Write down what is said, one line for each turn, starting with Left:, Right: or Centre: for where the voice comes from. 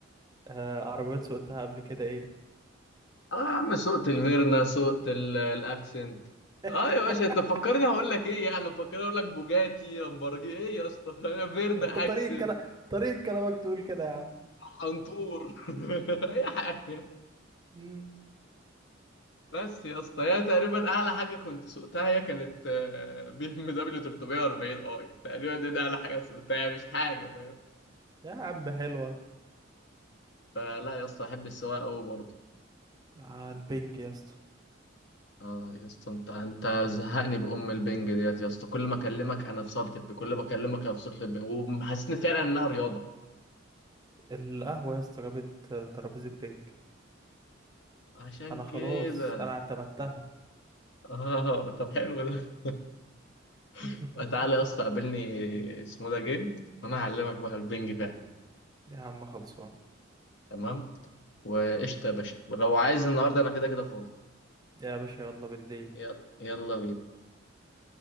Right: آه عربيات سوقتها قبل كده ايه
Left: اه يا عم سوقت الفيرنا سوقت ال- الاكسنت
Right: <laughs>
Left: اه يا باشا انت فكرني هقول لك ايه يعني مفكرني اقول لك بوجاتي لامبرجي ايه يا اسطى <laughs> فيرنا
Right: ما انت طريقة
Left: اكسنت
Right: كلام طريقة كلامك تقول كده يا عم
Left: حنطور <laughs> اي حاجه
Right: مم.
Left: بس يا اسطى هي تقريبا اعلى حاجه كنت سوقتها هي كانت آه، بي ام دبليو 340 اي تقريبا دي ده اعلى حاجه سوقتها مش حاجه فاهم
Right: يا عم حلوة
Left: فلا يا اسطى احب السواقه قوي برضه
Right: على البنج يا اسطى
Left: اه يا اسطى انت انت زهقني بام البنج ديت يا اسطى كل ما اكلمك انا في صاله الب... كل ما اكلمك انا في صاله البنج وحاسسني فعلا انها رياضه
Right: القهوة يا اسطى جابت آه، ترابيزة بنج
Left: عشان
Right: انا
Left: كده
Right: خلاص انا اعتمدتها
Left: اه طب حلو ده <laughs>
Right: <laughs>
Left: تعالى يا اسطى قابلني اسمه ده جيم وانا هعلمك بقى البنج فعلا
Right: يا عم خلصان
Left: تمام وقشطه يا باشا ولو عايز النهارده انا كده كده فاضي
Right: يا باشا يلا بالليل
Left: يلا يلا بينا